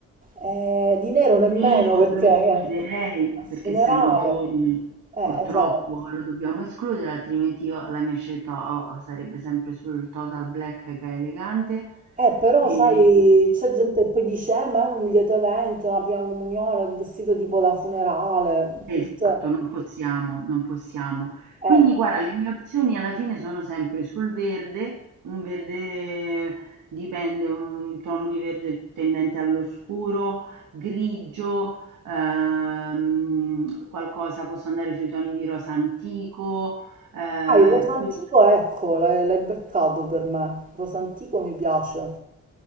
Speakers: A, on the right (about 25°); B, on the right (about 85°).
A: eh, di nero nemmeno
B: Nero
A: perché
B: lo escluderei
A: è un
B: perché
A: funerale.
B: essendo giorno
A: Eh,
B: purtroppo
A: esatto.
B: lo dobbiamo escludere, altrimenti io la mia scelta o o sarebbe sempre sul total black che è elegante,
A: Eh, però
B: e
A: sai, c'è gente che poi dice, eh, ma è un lieto evento, la prima comunione, il vestito tipo da funerale.
B: Esatto,
A: Cioè,
B: non possiamo, non possiamo. Quindi
A: eh.
B: guarda, le mie opzioni alla fine sono sempre sul verde, un verde dipende, un tono di verde tendente all'oscuro, grigio, ehm, qualcosa, posso andare sui toni di rosa antico, eh,
A: Ah, il rosantico,
B: que-
A: ecco, l'hai l'hai beccato per me. Il rosantico mi piace.